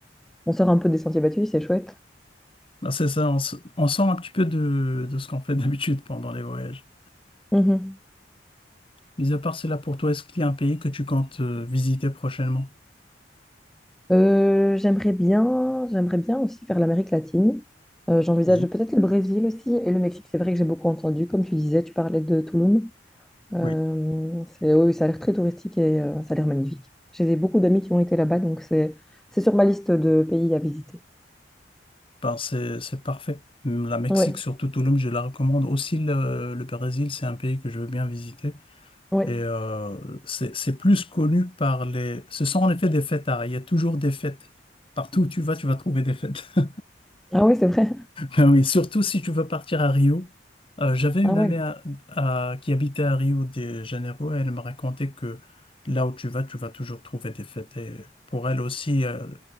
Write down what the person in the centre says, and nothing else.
On sort un peu des sentiers battus, c'est chouette.
Mhm.
Euh, j'aimerais bien, j'aimerais bien aussi faire l'Amérique latine. Euh, j'envisage
peut-être le Brésil aussi et le Mexique. C'est vrai que j'ai beaucoup entendu, comme tu disais, tu parlais de Tulum. Euh,
c'est, oui, oui, ça a l'air très touristique et euh, ça a l'air magnifique. J'ai des- beaucoup d'amis qui ont été là-bas, donc c'est c'est sur ma liste de pays à visiter.
Oui,
oui.
Ah oui, c'est vrai.
Ah oui.